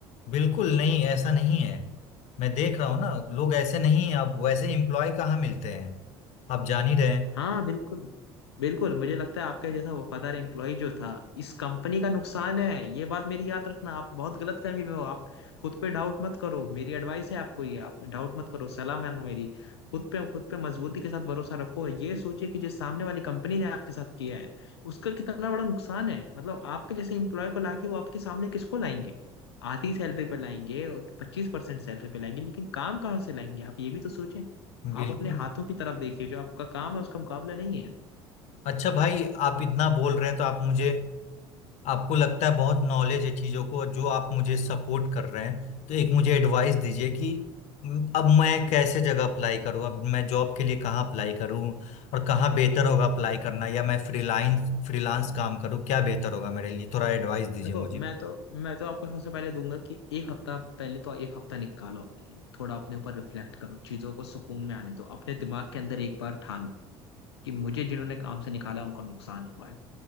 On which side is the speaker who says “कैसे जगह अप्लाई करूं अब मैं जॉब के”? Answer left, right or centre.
Left